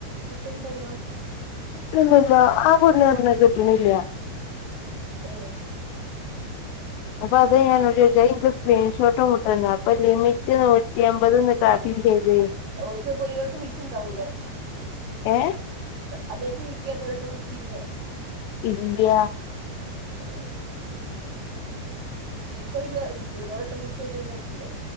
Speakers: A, on the right; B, on the left.
A: കിട്ടുണ്ടല്ലോ
B: കിട്ടുണ്ടല്ലോ ആ പെണ്ണ് പറഞ്ഞു കിട്ട്ണില്ലന്ന്
A: ഏഹ്
B: അപ്പൊ അന്തേ ഞാൻ അനോട്ട് ചോയിച്ചെ നിനിക്ക് സ്ക്രീൻഷോട്ട് കവിടന്നു അപ്പൊ ലിമിറ്റ് നൂറ്റി അമ്പത്ന്ന് കാട്ടീ ചെയ്ത്
A: ഓര്ക്ക് പോയിയോട്ട് വിച്ചുണ്ടാവൂല്ലേ
B: ഏഹ്
A: അതായിട്ട് വിളിക്കാഅതോരുട്ടംവിളിച്ചിരുന്നോ
B: ഇല്ല
A: ആഹ വിളിച്ച പിന്ന കിട്ടുല്ലോ ഒട്ടംവിളിച്ച കഴിഞ്ഞ പിന്നെ കിട്ടല്ല